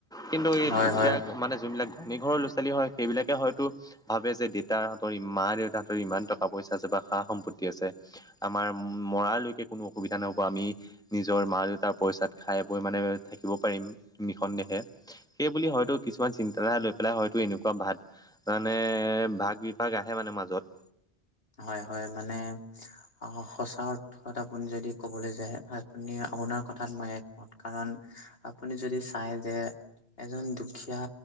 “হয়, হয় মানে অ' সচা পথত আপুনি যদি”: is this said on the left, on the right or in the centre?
Left